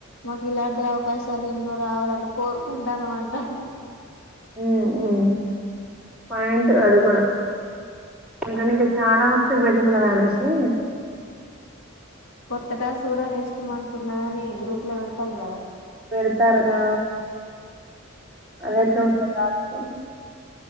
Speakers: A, on the left; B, in the centre.
A: మాకు ఇలాంటి అవకాశాలు ఎన్నో రావాలని కోరుకుంటానుమంటా.
B: ఉమ్ ఉమ్ పాయింట్ అది కూడా ఇక నుంచి చాలా వస్త గాాలషే <unintelligible>
A: కొత్తటాస్క్ కూడా నెస్ట్ మంత ఇప్పుడున్నదని గ్రూప్ లో వెడతాలి కదా
B: పెడ్తారుగా అది ఎట్లా ఉంటుందో టాస్క్